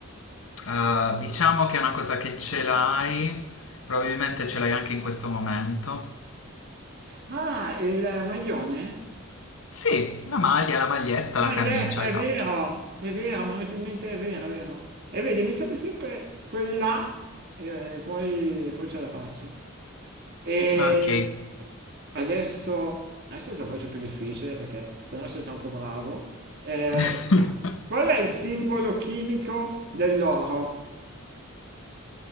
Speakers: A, on the left; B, on the right.
A: Eh, diciamo che è una cosa che ce l'hai, probabilmente ce l'hai anche in questo momento.
B: Ah, il maglione?
A: Sì, la maglia, la maglietta,
B: Maglietta,
A: la camicia,
B: è
A: esatto.
B: vero, è vero, mi è venuto in mente, è vero, è vero. E vedi, mi serve sempre quella e poi, poi ce la faccio. E
A: Ok.
B: adesso, adesso te lo faccio più difficile perché sennò sei troppo bravo. Eh,
A: <laughs>
B: qual è il simbolo chimico dell'oro?